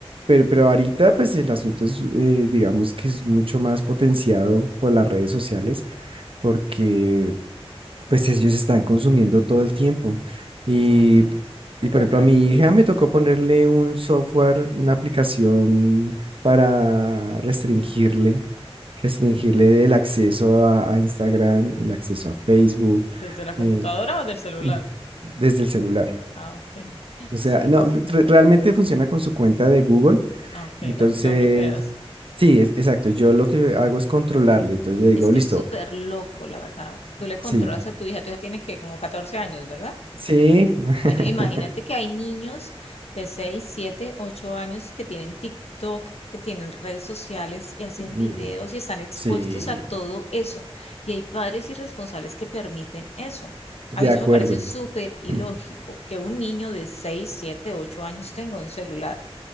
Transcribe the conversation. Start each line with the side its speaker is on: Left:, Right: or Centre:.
Right: Pero, pero ahorita pues el asunto es, eh, digamos que es mucho más potenciado por las redes sociales porque pues ellos están consumiendo todo el tiempo. Y,
Left: Todo el tiempo. Es
Right: y, por
Left: verdad.
Right: ejemplo, a mi hija me tocó ponerle un software, una aplicación para restringirle, restringirle el acceso a, a Instagram, el acceso a Facebook,
Left: ¿Desde la computadora
Right: eh,
Left: o del celular?
Right: <clears throat> desde el celular.
Left: Ah, ok. <laughs>
Right: O sea,
Left: Sí.
Right: no, re- realmente funciona con su cuenta de Google.
Left: Ah, ok,
Right: Entonces,
Left: la, la bloqueas.
Right: sí, es- exacto. Yo lo que hago es controlarle. Entonces le digo,
Left: Es que
Right: listo,
Left: es súper loco, la verdad. Tú le controlas
Right: sí,
Left: a tu hija, tu hija tiene que como 14 años, ¿verdad?
Right: sí. <laughs>
Left: Bueno, imagínate que hay niños de 6, 7, 8 años que tienen TikTok, que tienen redes sociales y hacen
Right: Mm.
Left: videos y están expuestos
Right: Sí,
Left: a todo eso. Y hay padres irresponsables que permiten eso.
Right: de
Left: A mí eso
Right: acuerdo.
Left: me parece súper ilógico
Right: <clears throat>
Left: que un niño de 6, 7, 8 años tenga un celular.